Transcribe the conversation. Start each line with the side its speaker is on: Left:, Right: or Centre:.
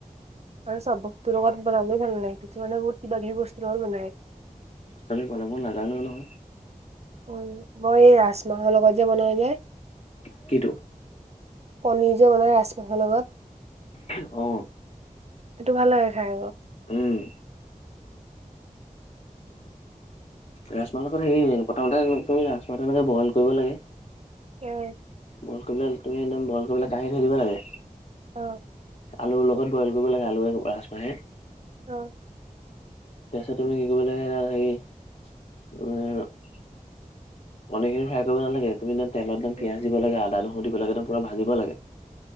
Right: আৰু চব বস্তুৰ লগত বনালেও ভাল নালাগে। কিছুমানে বহুত কিবা-কিবি বস্তুৰ লগত বনায়।
Left: চবে বনাব নাজানেও নহয়।
Right: উম, মই এই ৰাজমাহৰ লগত যে বনাই যে
Left: তাকেটো
Right: পনীৰ যে বনায় ৰাজমাহৰ লগত।
Left: অ'।
Right: সেইটো ভাল লাগে খাই আকৌ।
Left: উম। ৰাজমাহত হেৰি প্ৰথমতে তুমি-তুমি ৰাজমাহতো এনেকে বইল কৰিব লাগে
Right: উম।
Left: বইল কৰিলে তুমি একদম বইল কৰি পেলাই কঢ়ি থৈ দিব লাগে।
Right: অ'।
Left: আলুৰ লগত বইল কৰিব লাগে। আলুৱে, ৰাজমাহে
Right: অ'।
Left: তাৰপিছত তুমি কি কৰিব লাগে হেৰি, উম পনীৰ খিনি ফ্ৰাই কৰিব নালাগে, তুমি তেলত একদম
Right: উম
Left: পিয়াজ দিব লাগে, আদা-নহৰু দিব লাগে একদম পুৰা ভাজিব লাগে।